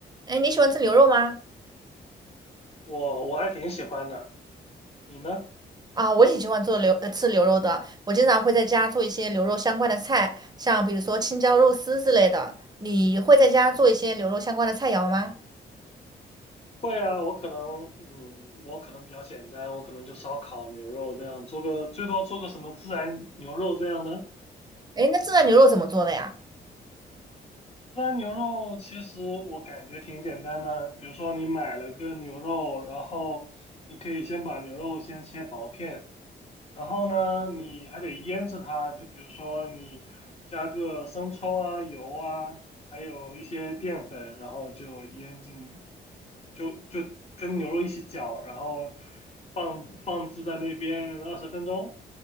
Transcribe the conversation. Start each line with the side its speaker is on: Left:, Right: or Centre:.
Right: 哎，你喜欢吃牛肉吗？
Left: 我我还挺喜欢的，你呢？
Right: 啊，我挺喜欢做牛，呃，吃牛肉的。我经常会在家做一些牛肉相关的菜，像比如说青椒肉丝之类的。你会在家做一些牛肉相关的菜肴吗？
Left: 会啊，我可能，嗯，我可能比较简单，我可能就烧烤、牛肉这样，做个最多做个什么孜然牛肉这样的。
Right: 哎，那这道牛肉怎么做的呀？
Left: 孜然牛肉其实我感觉挺简单的，比如说你买了个牛肉，然后你可以先把牛肉先切薄片，然后呢，你还得腌制它，就比如说你加个生抽啊、油啊，还有一些淀粉，然后就腌进。就就跟牛肉一起搅，然后放放置在那边二十分钟